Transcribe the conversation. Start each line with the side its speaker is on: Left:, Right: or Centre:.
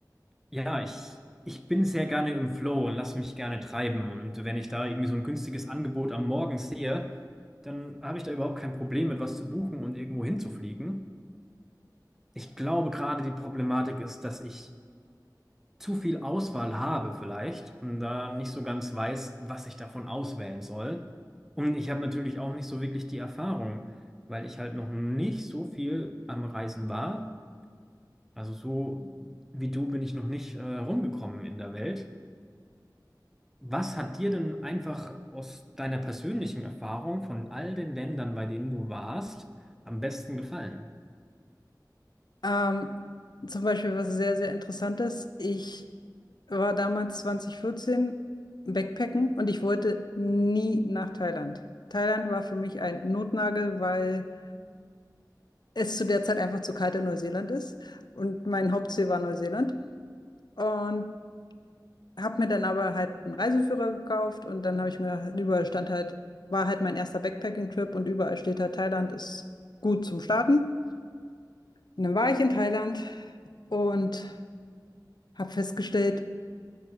Centre: ja, ich, ich bin sehr gerne im Flow und lasse mich gerne treiben. Und wenn ich da irgendwie so ein günstiges Angebot am Morgen sehe, dann habe ich da überhaupt kein Problem mit was zu buchen und irgendwo hinzufliegen. Ich glaube, gerade die Problematik ist, dass ich zu viel Auswahl habe vielleicht und da nicht so ganz weiß, was ich davon auswählen soll. Und ich habe natürlich auch nicht so wirklich die Erfahrung, weil ich halt noch nicht so viel am Reisen war. Also so wie du bin ich noch nicht äh, rumgekommen in der Welt. Was hat dir denn einfach aus deiner persönlichen Erfahrung von all den Ländern, bei denen du warst, am besten gefallen?
Left: Ähm, zum Beispiel was sehr, sehr Interessantes. Ich war damals 2014 Backpacken und ich wollte nie nach Thailand. Thailand war für mich ein Notnagel, weil es zu der Zeit einfach zu kalt in Neuseeland ist und mein Hauptziel war Neuseeland. Und habe mir dann aber halt einen Reiseführer gekauft und dann habe ich mir gedacht, überall stand halt, war halt mein erster Backpacking-Trip und überall steht halt, Thailand ist gut zum Starten. Und dann war ich in Thailand und habe festgestellt,